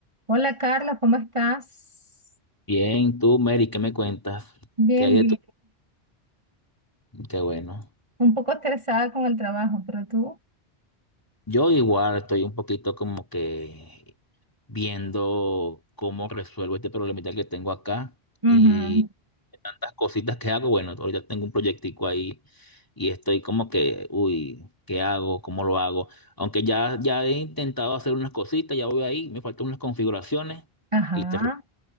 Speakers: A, on the right; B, on the left.
A: Hola Carlos, ¿cómo estás?
B: Bien, tú, Mary, ¿qué me cuentas?
A: Bien,
B: ¿Qué hay de
A: bien.
B: tu- Qué bueno.
A: Un poco estresada con el trabajo, pero tú.
B: Yo igual estoy un poquito como que viendo cómo resuelvo este problemita que tengo acá
A: Ujú.
B: y tantas cositas que hago. Bueno, ahorita tengo un proyectico ahí y estoy como que, uy, ¿qué hago? ¿Cómo lo hago? Aunque ya, ya he intentado hacer unas cositas, ya voy ahí, me faltan unas configuraciones
A: Ajá.
B: y te